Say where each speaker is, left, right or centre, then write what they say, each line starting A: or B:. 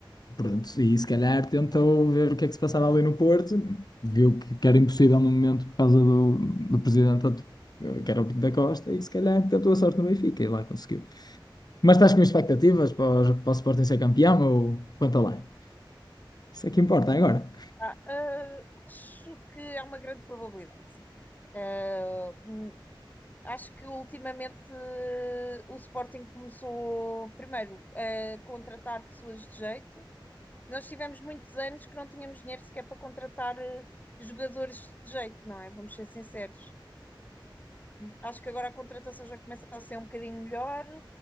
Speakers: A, on the left; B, on the left.
A: Pronto, e se calhar tentou ver o que é que se passava ali no Porto, viu que, que era impossível no momento por causa do, do presidente atu- eh, que era o Pinto da Costa, e se calhar tentou a sorte no Benfica e lá conseguiu. Mas estás com expectativas para, o- para o Sporting ser campeão ou quanto lá? Isso é que importa agora.
B: Ah, ah, acho que é uma grande probabilidade, sim. Ah, hum, acho que ultimamente ah, o Sporting começou primeiro a contratar pessoas de jeito. Nós tivemos muitos anos que não tínhamos dinheiro sequer para contratar ah, jogadores de jeito, não é? Vamos ser sinceros. Acho que agora a contratação já começa a ser um bocadinho melhor